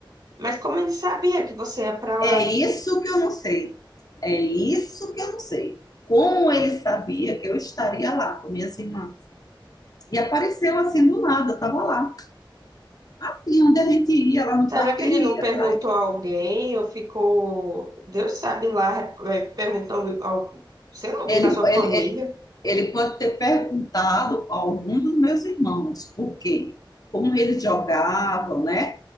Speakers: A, on the right (about 45°); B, on the left (about 45°).
A: Mas como ele sabia que você ia para lá?
B: É isso que eu não sei. É isso que eu não sei. Como ele sabia que eu estaria lá com minhas irmãs? E apareceu assim do nada, estava lá. Assim, onde a gente ia lá no
A: Será
B: parque,
A: que
B: ele
A: ele não
B: ia
A: perguntou
B: atrás.
A: a alguém ou ficou, Deus sabe lá, é, perguntando, ao, sei lá, alguém
B: Ele,
A: da sua
B: ele,
A: família?
B: ele- Ele pode ter perguntado a algum dos meus irmãos por quê, como eles jogavam, né?